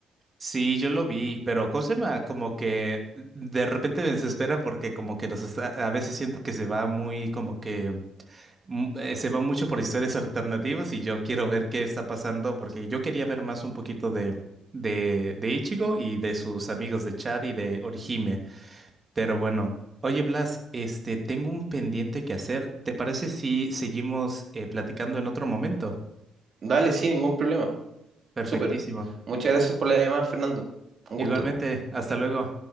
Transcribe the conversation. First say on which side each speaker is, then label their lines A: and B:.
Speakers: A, on the right (about 25°); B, on the right (about 45°).
A: Sí, yo lo vi, pero ¿cómo se llama? Como que de repente me desespera porque como que nos está, a veces siento que se va muy, como que mm, eh, se va mucho por historias alternativas y yo quiero ver qué está pasando porque yo quería ver más un poquito de, de, de Ichigo y de sus amigos de Chad y de Orihime, pero bueno. Oye, Blas, este, tengo un pendiente que hacer. ¿Te parece si seguimos eh, platicando en otro momento?
B: Dale, sin ningún problema.
A: Perfectísimo.
B: Súper. Muchas gracias por la llamada, Fernando. Un
A: Igualmente,
B: gusto.
A: hasta luego.